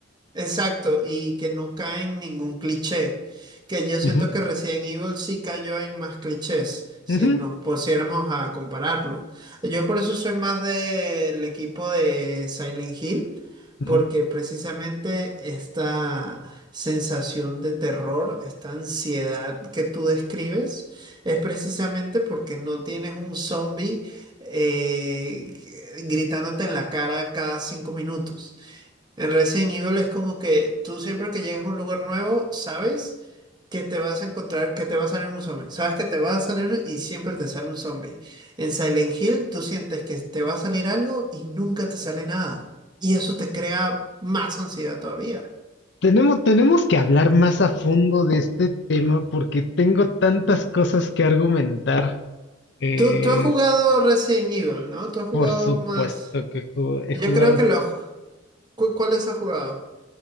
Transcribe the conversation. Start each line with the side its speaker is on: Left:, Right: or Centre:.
Right: Exacto, y que no cae en ningún cliché. Que yo siento
Left: Ujú,
Right: que Resident Evil sí cayó en más clichés, si
Left: ujú,
Right: nos pusiéramos a compararlo. Yo por eso soy más del equipo de Silent Hill,
Left: ujú.
Right: porque precisamente esta sensación de terror, esta ansiedad que tú describes, es precisamente porque no tienes un zombie eh, gritándote en la cara cada cinco minutos. En Resident Evil es como que tú siempre que llegas a un lugar nuevo, sabes que te vas a encontrar, que te va a salir un zombie. Sabes que te va a salir y siempre te sale un zombie. En Silent Hill tú sientes que te va a salir algo y nunca te sale nada. Y eso te crea más ansiedad todavía.
Left: Tenemos, tenemos que hablar más a fondo de este tema porque tengo tantas cosas que argumentar. Eh,
Right: Tú, tú has jugado Resident Evil, ¿no? Tú has jugado
Left: por supuesto
Right: más...
Left: que ju- he
Right: Yo
Left: jugado
Right: creo que los... ¿Cuáles has jugado?